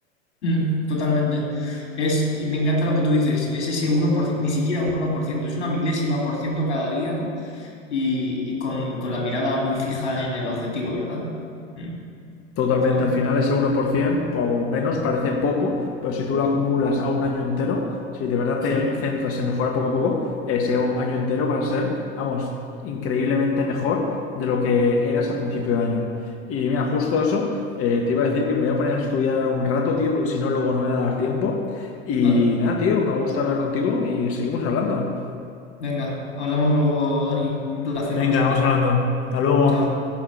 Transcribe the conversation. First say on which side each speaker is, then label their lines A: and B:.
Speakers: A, on the left; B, on the left.
A: mm, totalmente. Es, y me encanta lo que tú dices, es ese 1%, ni siquiera un uno por ciento es una milésima por ciento cada día, ¿no? Y, y con, con la mirada muy fija en el objetivo, ¿verdad? Mm,
B: Totalmente,
A: sí.
B: al final ese 1% o menos parece poco, pero si tú lo acumulas a un año entero, si de verdad
A: Sí.
B: te centras en mejorar poco a poco, ese año entero va a ser, vamos, increíblemente mejor de lo que eras a principio de año. Y mira, justo eso, eh, te iba a decir que me voy a poner a estudiar un rato, tío, porque si no, luego no me va a dar tiempo. Y
A: Dale,
B: nada, tío, me gusta hablar contigo y seguimos hablando.
A: venga, hablamos luego, Dani. Un placer,
B: Venga,
A: como siempre.
B: vamos hablando. Hasta luego.
A: Chao.